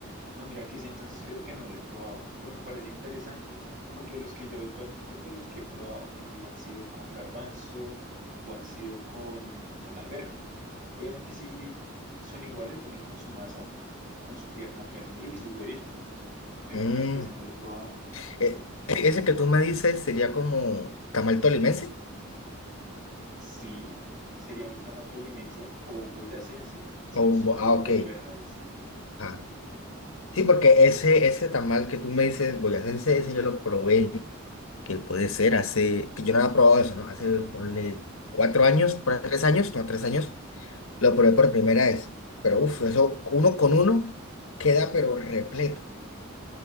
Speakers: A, on the right; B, on the left.
A: No, mira que ese entonces creo que no lo he probado, pero me parece interesante, porque los que yo habitualmente, pues los que he probado eh, han sido con garbanzo o han sido con, con alberja. Obviamente sí son iguales, vienen con su masa, con su pierna pernil y su huevito, pero
B: Mm.
A: mira que ese no lo he probado.
B: Eh, ese que tú me dices sería como tamal tolimense
A: Sí, sería un tamal tolimense o un boyacense, si
B: o
A: no estoy
B: un bo-
A: mal,
B: ah,
A: el
B: ok.
A: de Alberja es.
B: Ah,
A: Ujú.
B: sí, porque ese, ese tamal que tú me dices, boyacense, ese yo lo probé, que puede ser hace, que yo no había probado eso, ¿no? Hace, ponle, cuatro años, por ahí, tres años, no, tres años, lo probé por primera vez. Pero uff, eso uno con uno queda pero repleto.